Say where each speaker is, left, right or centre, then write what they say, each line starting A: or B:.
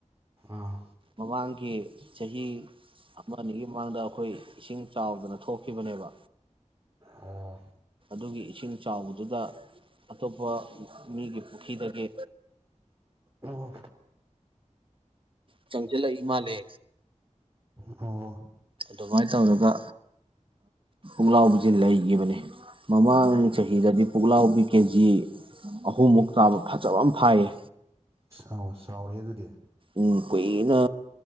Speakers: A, on the right; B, on the right.
A: ꯑꯥ
B: ꯃꯃꯥꯡꯒꯤ ꯆꯍꯤ ꯆꯍꯤ ꯑꯃ ꯑꯅꯤꯒꯤ ꯃꯃꯥꯡꯗ ꯑꯩꯈꯣꯏ ꯏꯁꯤꯡ ꯆꯥꯎꯗꯅ ꯊꯣꯛꯈꯤꯕꯅꯦꯕ
A: ꯑꯣ
B: ꯑꯗꯨꯒꯤ ꯏꯁꯤꯡ ꯆꯥꯎꯕꯗꯨꯗ ꯑꯇꯣꯞꯄ ꯃꯤꯒꯤ ꯄꯨꯈ꯭ꯔꯤꯗꯒꯤ
A: ꯑ ꯑꯣ
B: ꯆꯪꯖꯂ ꯏꯃꯂꯦ
A: ꯑꯣ
B: ꯑꯗꯨꯃꯥꯏꯅ ꯇꯧꯔꯒ ꯄꯨꯛꯂꯥꯎꯁ ꯂꯩꯈꯤꯕꯅꯤ ꯃꯃꯥꯡ ꯆꯍꯤꯗꯗꯤ ꯄꯨꯛꯂꯥꯎꯕꯤ ꯀꯦ ꯖꯤ ꯑꯍꯨꯝꯃꯨꯛ ꯆꯥꯕ ꯐꯖꯕ ꯑꯃ ꯐꯥꯏꯌꯦ
A: ꯑ ꯑꯥꯎ ꯆꯥꯎꯔꯦ ꯑꯗꯨꯗꯤ
B: ꯎꯝ ꯀꯨꯏꯅ